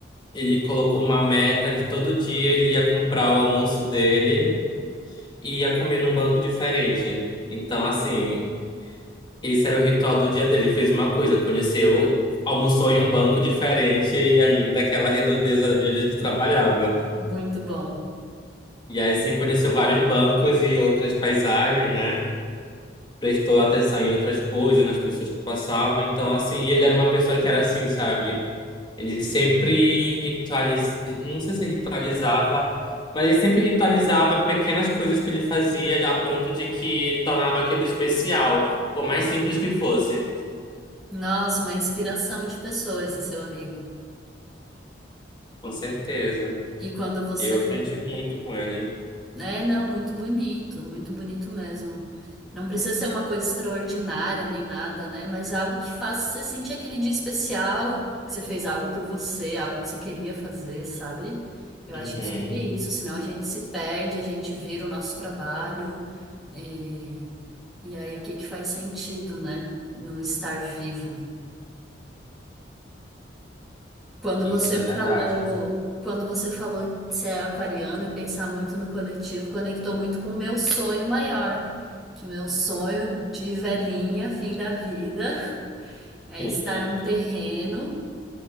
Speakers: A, on the left; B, in the centre.
A: ele colocou uma meta de todo dia ele ia comprar o almoço dele e ia comer num banco diferente. Então, assim, esse era o ritual do dia dele. Ele fez uma coisa, conheceu, almoçou em um banco diferente e ali daquela redondeza de onde a gente trabalhava.
B: Muito bom.
A: E aí, assim, conheceu vários bancos e outras paisagens, né? Prestou atenção em outras coisas, nas pessoas que passavam. Então, assim, e ele era uma pessoa que era assim, sabe? Ele sempre ritualizava, não sei se ritualizava, mas ele sempre ritualizava pequenas coisas que ele fazia a ponto de que ele tornava aquilo especial, por mais simples que fosse.
B: Nossa, uma inspiração de pessoa esse seu amigo.
A: Com certeza.
B: E quando você
A: Eu aprendi muito com ele.
B: É, não, muito bonito, muito bonito mesmo. Não precisa ser uma coisa extraordinária nem nada, né? Mas algo que faça você sentir aquele dia especial, que você fez algo por você, algo que você queria fazer, sabe? Eu
A: Uhum.
B: acho que é sobre isso, senão a gente se perde, a gente vira o nosso trabalho, e, e aí o que que faz sentido, né? No estar vivo. Quando
A: Isso
B: você
A: é
B: falou,
A: verdade.
B: quando você falou de ser aquariano e pensar muito no coletivo, conectou muito com o meu sonho maior, que o meu sonho de velhinha, fim da vida, <laughs> é
A: <laughs>
B: estar num terreno